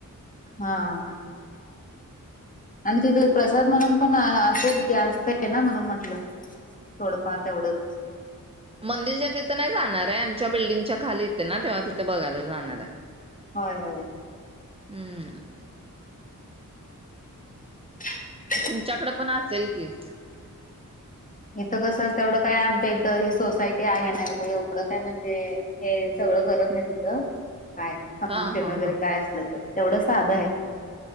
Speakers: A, on the left; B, on the right.
A: हा.. आणि तिथे प्रसाद म्हणून पण असेल की असतय ना म्हणून म्हटलं.. थोडंफार तेवडच.
B: मंदिरच्या तित नाई जाणाराय आमच्या बिल्डिंगच्या खाली येते ना तेव्हा तीत बगायला जाणार हाय.
A: होय होय..
B: अम्म..
A: <inaudible>
B: तुमच्याकडं पण असेल की?
A: इथं कसं तेवड काय आमच्या इथ ही सोसायटी आहे ना इथ एवड काय म्हणजे हे सगळं करत नाही तिथं काय फंक्शन
B: हां, हां,
A: वगैरे
B: हां.
A: काय असलं तर तेवड साध हाय.